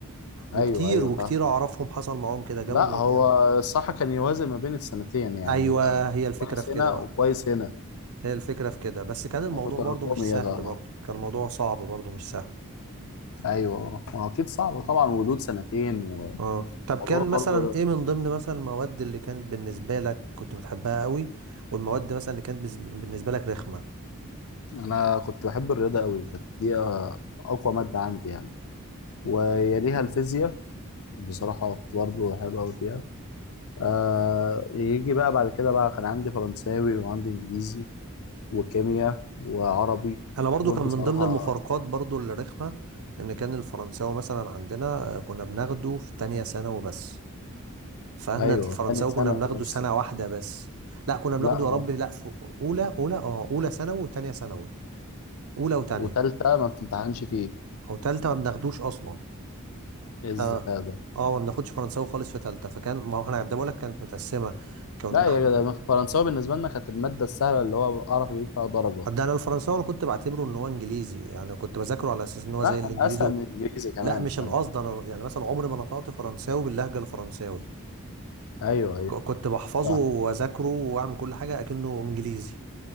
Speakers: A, on the right; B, on the left.
A: وكتير
B: أيوه أيوه
A: وكتير
B: فاهم
A: اعرفهم حصل معاهم كده جابوا
B: لا هو
A: مج- يعني
B: الصح كان يوازن ما بين السنتين يعني
A: ايوه
B: يبقى
A: هي الفكرة
B: كويس
A: في كده
B: هنا
A: بقى
B: وكويس هنا
A: هي الفكرة في كده بس كان الموضوع
B: متراكمية
A: برضو مش سهل
B: طبعا
A: برضو كان الموضوع صعب برضو مش سهل
B: أيوه ما هو أكيد صعب طبعا ولود سنتين
A: اه
B: وموضوع
A: طب كان
B: برضه
A: مثلا ايه من ضمن مثلا المواد اللي كانت بالنسبة لك كنت بتحبها قوي والمواد مثلا اللي كانت بز- بالنسبة لك رخمة
B: أنا كنت بحب الرياضة أوي كانت دي آه، أقوى مادة عندي يعني ويليها الفيزياء بصراحة كنت برضه حلوة أوي فيها آه يجي بقى بعد كده بقى كان عندي فرنساوي وعندي انجليزي وكيمياء وعربي
A: انا برضو
B: دول
A: كان
B: بصراحة
A: من ضمن المفارقات برضو اللي رخمه ان كان الفرنساوي مثلا عندنا آه، كنا بناخده في تانية ثانوي بس فاحنا
B: ايوه
A: الفرنساوي
B: تاني سنة
A: كنا بناخده
B: بس
A: سنه واحده بس لا كنا بناخده
B: لا هو
A: يا رب لا في اولى اولى اه اولى ثانوي وتانية ثانوي اولى وتانية
B: وتالتة ما بتمتحنش فيه
A: او تالتة ما بناخدوش اصلا
B: ايه الذكاء
A: تا-
B: ده
A: اه ما بناخدش فرنساوي خالص في تالتة فكان ما هو احنا ده بقول لك كانت متقسمه كنا
B: لا يا
A: احنا
B: جدع فرنساوي بالنسبة لنا كانت المادة السهلة اللي هو اعرف اجيب فيها درجة
A: ده انا الفرنساوي انا كنت بعتبره ان هو انجليزي يعني كنت بذاكره على اساس ان هو زي
B: لا كان
A: الانجليزي
B: اسهل من انجليزي كمان
A: لا مش
B: كان
A: القصد انا يعني مثلا عمري ما نطقت فرنساوي باللهجه الفرنساوي
B: ايوه ايوه
A: ك- كنت بحفظه
B: صح
A: واذاكره واعمل كل حاجه اكنه انجليزي